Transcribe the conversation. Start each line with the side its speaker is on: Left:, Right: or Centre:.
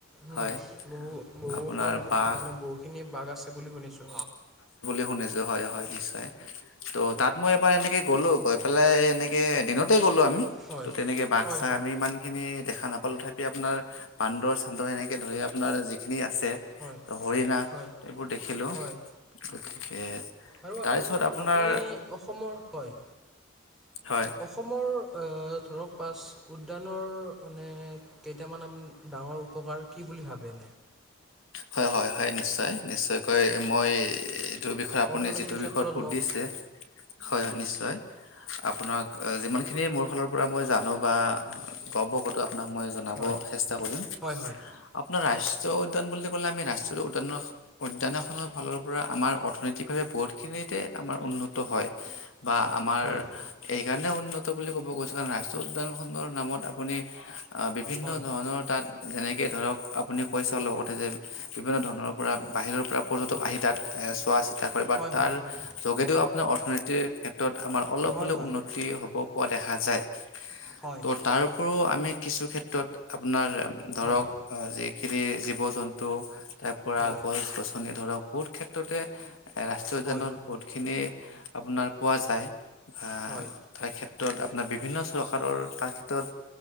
Centre: উম,
Left: হয়
Centre: বহু বহুখন
Left: আপোনাৰ বাঘ
Centre: মানে বহুখিনি বাঘ আছে বুলি শুনিছো।
Left: শুছো হয়, হয় নিশ্চয় ত' তাত মই এবাৰ এনেকে গ'লো। পাই এনেকে দিনতে গ'লো আমি।
Centre: হয়
Left: ত, তেনেকে বাক্
Centre: হয়
Left: চাক
Centre: হয়
Left: আমি ইমান খিনি দেখা নাপালো তথাপি আপোনাৰ বান্দৰ, চান্দৰ এনেকে ধৰি আপোনাৰ। যিখিনি আছে
Centre: হয় হয়
Left: ত হৰিনা
Centre: হয়
Left: এই এইবোৰ দেখিলো।
Centre: হয়
Left: গতিকে
Centre: আৰু
Left: তাৰ পিছত
Centre: আম-
Left: আপোনাৰ
Centre: আপুনি অসমৰ হয়
Left: হয়
Centre: অসমৰ আহ ধৰক পাছ উদ্যানৰ মানে কেইটামান ডাঙৰ উপকাৰ কি বুলি ভাবে?
Left: হয়, হয়, হয় নিশ্চয়, নিশ্চয়কৈ মই যিটো বিষয়ে আপুনি
Centre: অৰ্থনীতিৰ
Left: যিটো
Centre: ক্ষেত্ৰত
Left: বিষয়ত সুধিছে
Centre: হওক
Left: হয়, হয় নিশ্চয় আপোনাক যিমানখিনি মোৰ ফালৰ পৰা মই জানো বা গৰ্ব কতো আপোনাক মই জনাব
Centre: হয়
Left: চেষ্টা কৰিম
Centre: হয় হয়
Left: আপোনাৰ ৰাষ্ট্ৰীয় উদ্যান বুলি ৰা্ৰীয় উদৰ, উদ্যান এখনৰ ফালৰ পৰা আমাৰ অৰ্থনৈতিকভাৱে বহুতখিনিতে আম উন্নত হৈ বাৰ আমাৰ
Centre: হয়
Left: এক সানে উন্নত বুলি ক'ব গৈছো কাৰ ৰাষ্ট্ৰীয় উদ্যান খণ্ডৰ নামত আপুনি বিভিন্ন
Centre: হয়
Left: ধৰণৰ তাত যেনেকৈ ধৰক আপুনি কৈছে অলপ আগতে যে বিভিন্ন ধৰণৰ পৰা বাহিৰৰ পৰা পৰ্যটক
Centre: হয়
Left: আহি তাত চোৱা, চিতা কৰে বা
Centre: হয়
Left: তাৰ
Centre: হয় হয়
Left: যোগেদিও আপোনাৰ অৰ্থনীতিৰ ক্ষেত্ৰত আমাৰ অলপ
Centre: হয়
Left: হ'লেও
Centre: হয়
Left: উন্নতি হ'ব পৰা দেখা যায়
Centre: হয় হয়
Left: ত' তাৰপৰিও আমি কিছু ক্ষেত্ৰত আপোনাৰ ধৰক
Centre: হয়
Left: যিখিনি জীৱ-জন্তু তাৰ পৰা
Centre: হয়
Left: গছ-গছনি ধৰক বহুত ক্ষেত্ৰতে ৰাষ্ট্ৰীয় উদ্যানত
Centre: হয়
Left: বহুতখিনি আপোনাৰ পোৱা যায় আহ
Centre: হয় হয়
Left: তাৰ ক্ষেত্ৰত ক্ষেত্ৰত আপোনাৰ বিভিন্ন চৰকাৰৰ তাৰ ক্ষেত্ৰত